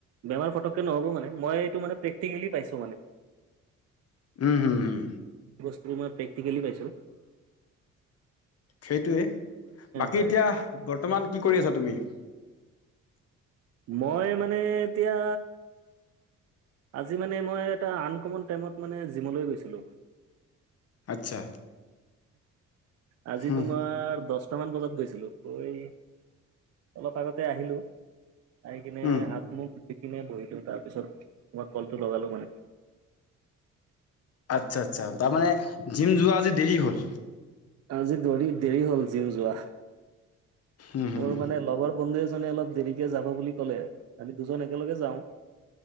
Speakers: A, on the right (about 55°); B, on the left (about 55°).
A: বেমাৰ ফটককে নহ'ব মানে মই। এইটো মানে প্ৰেক্টিকেলি পাইছোঁ মানে।
B: উম হুম উম।
A: বস্তু মই প্ৰেক্টিকেলি পাইছোঁ।
B: সেইটোৱে বাকী
A: হয়
B: এতিয়া বৰ্তমান কি কৰি আছা তুমি। <inaudible>
A: মই মানে এতিয়া। আজি মানে মই এটা আনকমন টাইমত মানে জিমলৈ গৈছিলোঁ।
B: আচ্ছা।
A: আজি
B: হুম,
A: তোমাৰ দহ টামান বজাত গৈছিলোঁ গৈ অলপ আগতে আহিলোঁ। আহি কিনে
B: উম,
A: হাত মুখ ধুই কিনে বহিলো তাৰ পিছত। তোমাক কোলটো লগালো মানে।
B: আচ্ছা আচ্ছা তাৰমানে জিম যোৱা আজি দেৰি হ'ল।
A: আজি দৰি দেৰি হ'ল জিম যোৱা
B: উম, হুম,
A: মোৰ মানে লগৰ। বন্ধু এজনে অলপ দেৰিকে যাব বুলি ক'লে আমি দুজন একেলগে যাওঁ। <unintelligible>